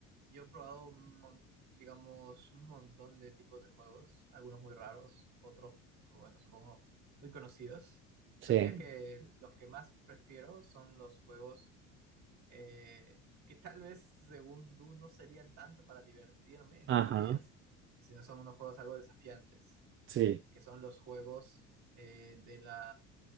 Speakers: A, on the right (about 55°); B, on the right (about 35°).
A: Yo he probado un mon- digamos, un montón de tipos de juegos, algunos muy raros, otros, bueno, supongo, muy conocidos.
B: Sí.
A: Pero diría Mm, que los que más prefiero son los juegos eh, que tal vez, según tú, no serían tanto para divertirme, entre
B: Ajá,
A: comillas, sino son unos juegos algo desafiantes,
B: sí.
A: que son los juegos eh, de la,